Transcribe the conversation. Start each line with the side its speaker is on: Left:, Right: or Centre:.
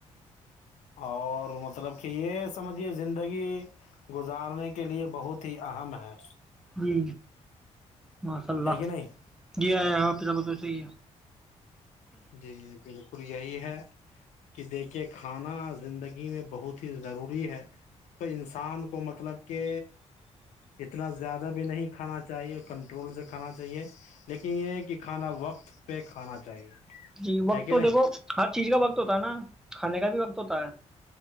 Left: اور مطلب کہ یہ سمجھیے زندگی گزارنے کے لیے بہت ہی اہم ہے
Centre: جی ماشاء اللہ
Left: ہے کہ نہیں
Centre: جی اہم تو ہے جی
Left: جی بالکل بالکل یہی ہے کہ دیکھیے کھانا زندگی میں بہت ہی ضروری ہے تو انسان کو مطلب کہ اتنا زیادہ بھی نہیں کھانا چاہیے کنٹرول سے کھانا چاہیے لیکن یہ ہے کہ کھانا وقت پہ کھانا چاہیے
Centre: جی وقت
Left: ہے کہ
Centre: تو
Left: نہیں
Centre: دیکھو ہر چیز کا وقت ہوتا ہے نا کھانے کا بھی وقت ہوتا ہے